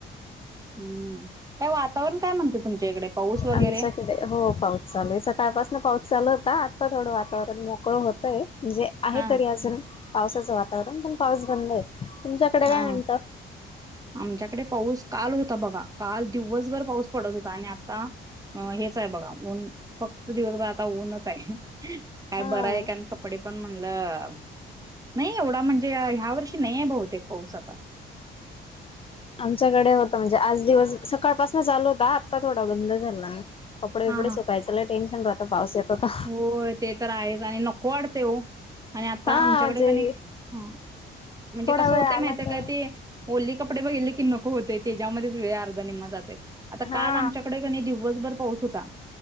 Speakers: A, on the right (about 15°); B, on the left (about 30°).
A: हम्म काय वातावरण काय म्हणते तुमच्या इकडे पाऊस वगैरे?
B: आमच्याकडे हो पाऊस चालू आहे, सकाळपासून पाऊस चालू होता, आत्ता थोडं वातावरण मोकळं होतंय. म्हणजे आहे
A: हा
B: तरी अजून, पावसाचं वातावरण पण पाऊस बंद आहे, तुमच्याकडे
A: हा
B: काय म्हणतं?
A: आमच्याकडे पाऊस काल होता बघा. काल दिवसभर पाऊस पडत होता आणि आता अ हेच आहे बघा ऊन, फक्त दिवसभर आता ऊनच आहे काय
B: हा.
A: बरं आहे का कारण क पडे पण म्हणलं, नाही एवढा म्हणजे ह्या वर्षी नाहीये बहुतेक पाऊस आता.
B: आमच्याकडे होता म्हणजे आज दिवस सकाळपासून चालू होता आत्ता थोडा बंद झाला. हा. कपडे
A: हा
B: बिपडे सुकायचं लई टेन्शन राहतं पाऊस येतो का.
A: हो ते तर आहेच आणि नको वाटते ओ. आणि आता
B: हा
A: आमच्याकडे
B: म्हणजे
A: क नी हा म्हणजे
B: थोडा
A: कसं
B: वेळ
A: होतंय
B: आला
A: माहितीय
B: तर
A: का ते. ओली कपडे बघितले की नको होते त्याच्यामध्येच वेळ अर्धा निम्मा जाते. आता काल
B: हा
A: आमच्याकडे क नी दिवसभर पाऊस होता.